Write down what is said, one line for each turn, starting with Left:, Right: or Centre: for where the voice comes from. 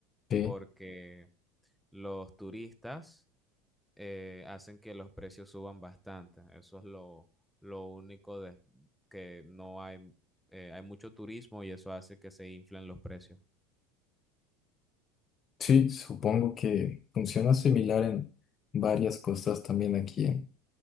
Left: Sí,
Centre: porque los turistas eh, hacen que los precios suban bastante. Eso es lo, lo único de que no hay, eh, hay mucho turismo y eso hace que se inflen los precios.
Left: sí, supongo que funciona similar en varias costas también aquí en,